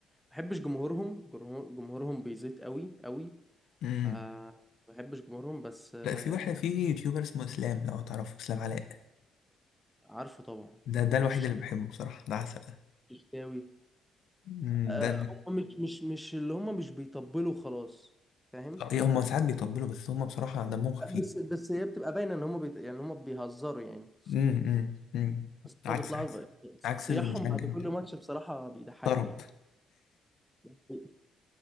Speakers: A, in the centre; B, on the left.
A: بحبش جمهورهم جمهور- جمهورهم بيزيد قوي قوي
B: امم
A: ف بحبش جمهورهم بس آه،
B: لا في واحد في يوتيوبر اسمه اسلام لو تعرفه اسلام علاء
A: عارفه طبعا
B: ده ده الوحيد
A: وششتاوي
B: اللي بحبه بصراحة ده عسل
A: ششتاوي.
B: امم
A: آه،
B: ده
A: هم مش مش مش اللي هم مش بيطبلوا خلاص فاهم
B: إيه، هما ساعات بيطبلوا بس هما بصراحة دمهم خفيف
A: لا، بس بس هي بتبقى باينه ان هم بيت... يعني هم بيهزروا يعني
B: امم امم أمم.
A: بس
B: عكس
A: هم بيطلعوا
B: عكس
A: ب- صياحهم
B: عكس المشجع
A: بعد كل
B: بتاعي.
A: ماتش بصراحه بيضحكني
B: طرب
A: يعني <laughs>